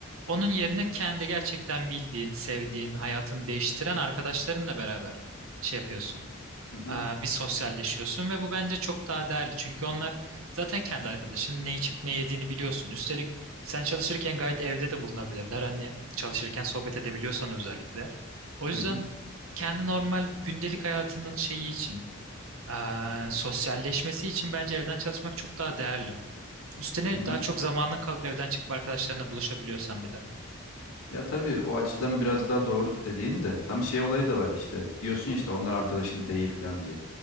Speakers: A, on the right; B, on the left.
A: Onun yerine kendi gerçekten bildiğin, sevdiğin, hayatını değiştiren arkadaşlarınla beraber şey yapıyorsun.
B: Hı hı,
A: Ee, Bir sosyalleşiyorsun ve bu bence çok daha değerli. Çünkü onlar zaten kendi arkadaşın ne içip ne yediğini biliyorsun. Üstelik sen çalışırken gayet evde de bulunabilirler. Hani çalışırken sohbet edebiliyorsan özellikle. O yüzden
B: hı hı,
A: kendi normal gündelik hayatının şeyi için ee, sosyalleşmesi için bence evden çalışmak çok daha değerli. Üstüne
B: hı hı.
A: daha çok zamanın kalıp evden çıkıp arkadaşlarına buluşabiliyorsan bir de.
B: Ya tabii o açıdan biraz daha doğru dediğin de tam şey olayı da var işte. Diyorsun ya işte onlar arkadaşın değil falan diye.